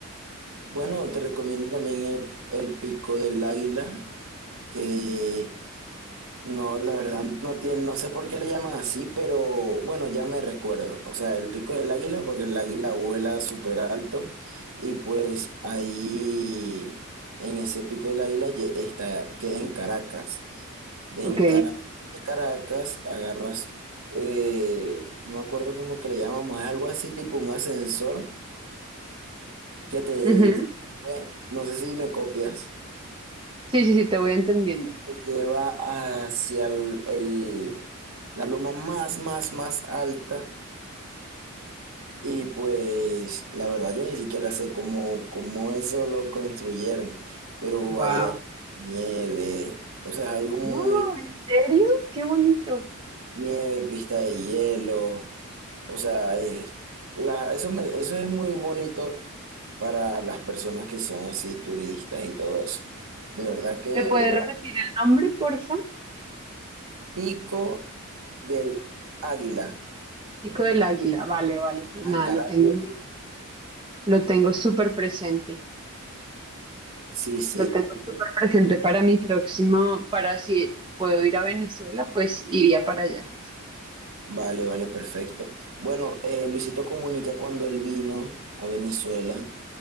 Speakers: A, on the right; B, on the right.
A: Bueno, te recomiendo también el, el Pico del Águila, que No, la verdad, no tiene, no sé por qué le llaman así, pero bueno, ya me recuerdo. O sea, el pico del águila, porque el águila vuela súper alto y pues ahí, en ese pico del águila, lle- está, queda en Caracas. Del
B: Ok.
A: Caracas, de Caracas agarras, eh, no me acuerdo cómo que le llamamos, es algo así tipo un ascensor que te...
B: Ujú.
A: sube, No sé si me copias.
B: Sí, sí, sí, te voy entendiendo.
A: lleva hacia el, el- la loma más, más, más alta. Y pues la verdad yo ni siquiera sé cómo, cómo eso lo construyeron, pero
B: Wow.
A: ahí hay nieve, o sea, algo muy
B: Wow, ¿en serio? Qué bonito.
A: nieve, pista de hielo, o sea, es- la, eso, me- eso es muy bonito para las personas que son así turistas y todo eso. De verdad que
B: ¿Me puedes repetir el nombre, porfa?
A: Pico del Águila,
B: Pico del Águila. Vale, vale, pues
A: a
B: nada,
A: Caracas.
B: lo tengo. Lo tengo súper presente,
A: Sí, sí,
B: lo tengo súper presente para mi próximo, para si puedo ir a Venezuela, pues iría para allá.
A: vale, vale, perfecto. Bueno, eh, Luisito Comunica cuando él vino a Venezuela,